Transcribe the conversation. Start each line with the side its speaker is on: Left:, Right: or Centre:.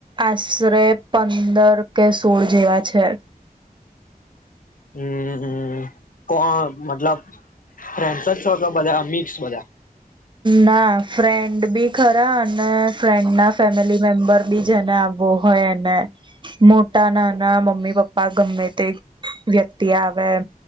Right: આશરે પંદર કે સોળ જેવા છે
Left: હમ, કોણ મતલબ ફ્રેન્ડસ છો કે બધા મિક્સ બધા
Right: ના ફ્રેન્ડ બી ખરા અને ફ્રેન્ડ ના ફેમિલી મેમ્બર બી, જેને આવવો હોય એને મોટા, નાના, મમ્મી પપ્પા, ગમે તે વ્યક્તિ આવે એ